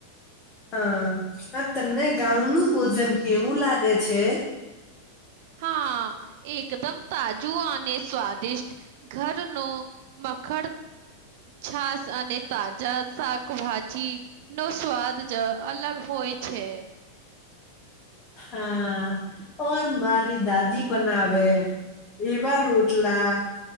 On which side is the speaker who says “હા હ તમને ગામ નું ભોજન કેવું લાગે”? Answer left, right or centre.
Left